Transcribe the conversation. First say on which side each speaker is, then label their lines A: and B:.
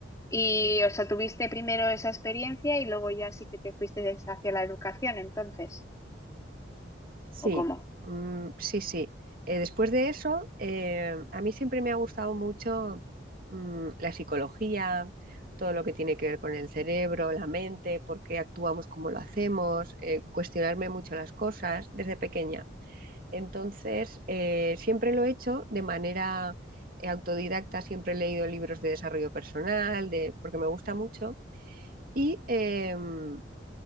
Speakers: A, on the left; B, on the right.
A: Y, o sea, tuviste primero esa experiencia y luego ya sí que te fuiste hacia la educación, entonces,
B: Sí,
A: ¿o cómo?
B: mm, sí, sí. Eh, después de eso, eh, a mí siempre me ha gustado mucho mm, la psicología, todo lo que tiene que ver con el cerebro, la mente, por qué actuamos como lo hacemos, eh, cuestionarme mucho las cosas desde pequeña. Entonces, eh, siempre lo he hecho de manera eh, autodidacta, siempre he leído libros de desarrollo personal, de, porque me gusta mucho. Y em,